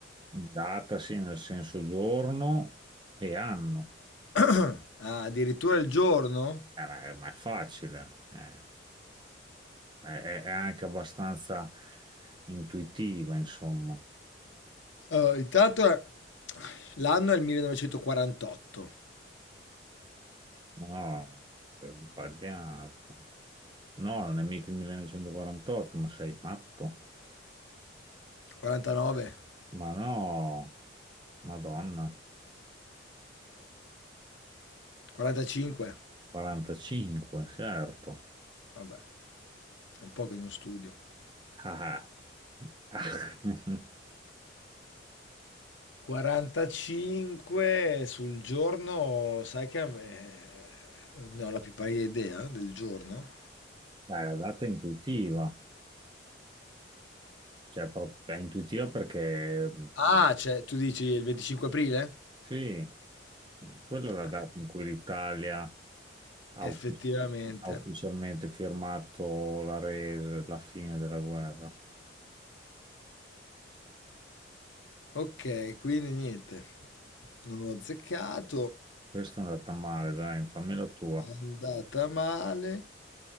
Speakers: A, on the right (about 25°); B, on the left (about 85°).
A: Data, sì, nel senso giorno e anno.
B: <clears throat> Ah, addirittura il giorno?
A: Eh, ma è ma è facile. eh. è, è- è anche abbastanza intuitiva, insomma.
B: Eh, intanto eh, l'anno è il 1948,
A: No, è sbagliato. No, non è mica il 1948, ma sei matto.
B: 49,
A: Ma no, Madonna,
B: 45.
A: 45, certo.
B: Vabbè, è un po' che non studio.
A: <laughs> Ah, ah. Ah. <laughs>
B: 45 sul giorno, sai che a me... Non ho la più pallida idea del giorno.
A: Dai, la data è intuitiva, cioè pro- è intuitiva perché
B: Ah,
A: eh,
B: cioè, tu dici il 25 aprile?
A: sì. Quella è la
B: Ah,
A: data in cui l'Italia ha
B: Effettivamente.
A: uf- ha ufficialmente firmato la resa, la fine della guerra.
B: Ok, quindi niente. Non ho azzeccato,
A: Questa è andata male, dai, fammi la tua.
B: è andata male